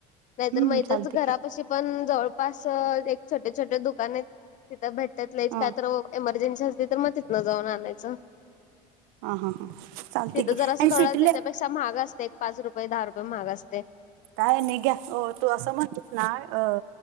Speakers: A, on the left; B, on the right.
A: नाहीतर
B: हम्म
A: म हितचं
B: चालते
A: घरापशी
B: की
A: पण जवळ पास एक छोटे छोटे दुकान आहे तिथं भेटत नाहीच
B: ह
A: काय तर एमर्जन्सी असली तर मग तिथनं जाऊन आणायचं.
B: हा हा हा चालते
A: तिथं
B: की
A: जर असं
B: आणि
A: थोडं
B: सेटला
A: त्याच्यापेक्षा महाग असते एक पाच रुपये दहा रुपये महाग असते.
B: काय नाही घ्या अ तू असं म्हणतस ना अ